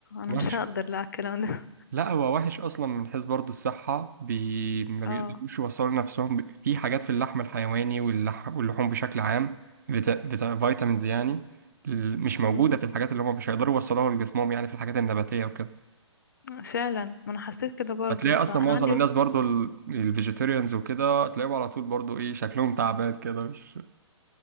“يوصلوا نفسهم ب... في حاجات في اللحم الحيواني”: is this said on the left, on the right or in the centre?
Right